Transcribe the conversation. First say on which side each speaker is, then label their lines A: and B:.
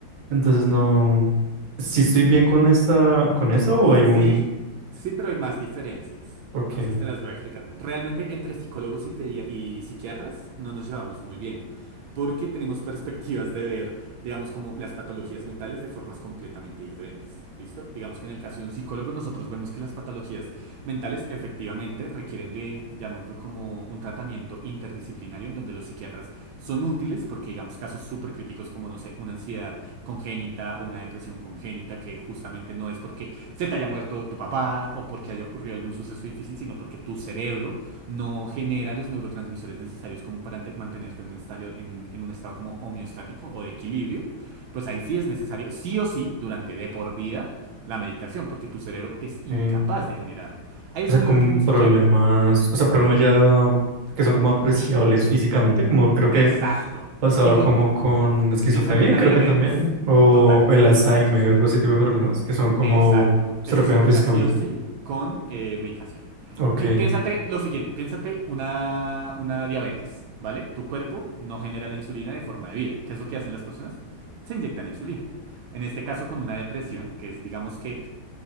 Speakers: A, on the right; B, on the right.
A: Entonces no, si estoy bien con esta, con eso o hay
B: Sí,
A: un,
B: sí, pero hay más diferencias.
A: ok,
B: Entonces te las voy a explicar. Realmente entre psicólogos y, pedi- y psiquiatras no nos llevamos muy bien, porque tenemos perspectivas de ver, digamos, como las patologías mentales de formas completamente diferentes. ¿Listo? Digamos que en el caso de un psicólogo nosotros vemos que las patologías mentales efectivamente requieren de, llamémoslo como un tratamiento interdisciplinario en donde los psiquiatras son útiles porque, digamos, casos súper críticos como, no sé, una ansiedad congénita o una depresión congénita que justamente no es porque se te haya muerto tu papá o porque haya ocurrido algún suceso difícil, sino porque tu cerebro no genera los neurotransmisores necesarios como para te- mantenerte en un estado, en, en un estado como homeostático o de equilibrio, pues ahí sí es necesario, sí o sí, durante de por vida, la medicación, porque tu cerebro es incapaz
A: ok,
B: de generarlo. Ahí es
A: O sea,
B: muy
A: con
B: útil un psiquiatra.
A: problemas, o sea, problemas ya que son como apreciables físicamente, como creo que
B: Exacto.
A: pasaba
B: Tipo,
A: como con esquizofrenia,
B: piénsate una
A: creo
B: diabetes.
A: que también, o
B: Total,
A: el Alzheimer,
B: lo mismo es que sufrimos
A: o ese tipo de problemas que son como
B: Exacto.
A: se
B: Eso
A: reflejan
B: sí toca
A: físicamente.
B: sí o sí con eh, medicación.
A: Ok,
B: Pi- piénsate lo siguiente, piénsate una, una diabetes, ¿vale? Tu cuerpo no genera la insulina de forma debida. ¿Qué es lo que hacen las personas? Se inyectan insulina. En este caso con una depresión, que es digamos que